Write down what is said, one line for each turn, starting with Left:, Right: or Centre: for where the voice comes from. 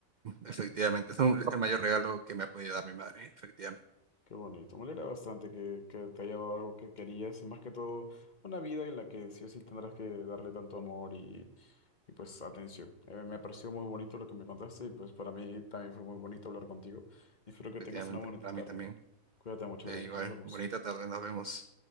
Right: efectivamente, es, un- es el mayor regalo que me ha podido dar mi madre, efectivamente,
Left: Qué bonito. Me alegra bastante que, que te haya dado algo que querías y más que todo una vida en la que sí o sí tendrás que darle tanto amor y, y, pues atención. Eh, me pareció muy bonito lo que me contaste y pues para mí también fue muy bonito hablar contigo. Espero que
Right: efectivamente,
Left: tengas una bonita
Right: para
Left: tarde.
Right: mí también.
Left: Cuídate mucho,
Right: Eh,
Left: Adrián.
Right: igual,
Left: Nos vemos.
Right: bonita tarde, nos vemos.